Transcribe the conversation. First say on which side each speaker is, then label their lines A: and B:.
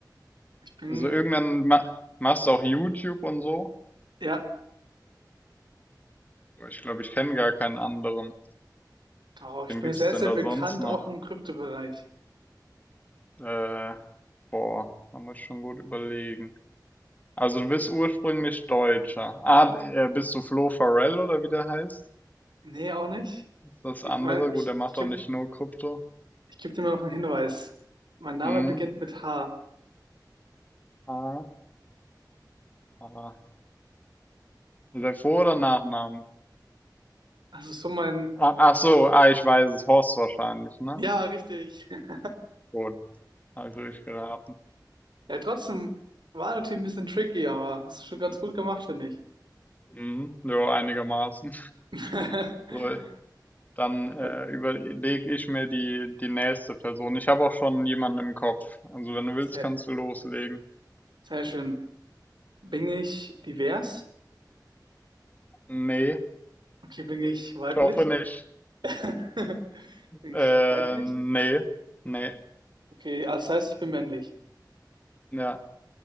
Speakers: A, on the right; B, on the left.
A: Ich bin,
B: Also irgendwann ma machst du auch YouTube und so.
A: ja,
B: Aber Ich glaube, ich kenne gar keinen anderen.
A: doch, ich
B: Wen
A: bin
B: gibt's
A: sehr,
B: denn
A: sehr
B: da
A: bekannt,
B: sonst noch?
A: auch im Kryptobereich.
B: Äh, boah, man muss schon gut überlegen. Also du bist ursprünglich Deutscher. Ah, äh, bist du Flo Farrell oder wie der heißt?
A: Nee, auch nicht.
B: Ist das
A: Ich
B: andere?
A: meine, ich,
B: Gut, der macht
A: ich gebe
B: doch nicht nur Krypto.
A: ich geb dir mal noch einen Hinweis. Mein Name
B: Mhm.
A: beginnt mit H.
B: Ah, ah. Ist der Vor- oder Nachnamen?
A: Also so mein,
B: Ah, ach so, ah, ich weiß es. Horst wahrscheinlich, ne?
A: ja, richtig. <laughs>
B: Gut. Habe ich durchgeraten.
A: Ja, trotzdem war natürlich ein bisschen tricky, aber hast du schon ganz gut gemacht, finde ich.
B: Mhm. Jo, einigermaßen.
A: <laughs>
B: So, Dann, äh,
A: Oh,
B: überlege ich mir die die nächste Person. Ich habe auch schon jemanden im Kopf. Also, wenn du willst,
A: Sehr,
B: kannst du loslegen.
A: sehr schön. Bin ich divers?
B: Ne,
A: Okay, bin ich weiblich?
B: ich hoffe nicht.
A: <laughs> Bin
B: Äh,
A: ich weiblich?
B: ne, ne,
A: Okay, also das heißt, ich bin männlich.
B: ja,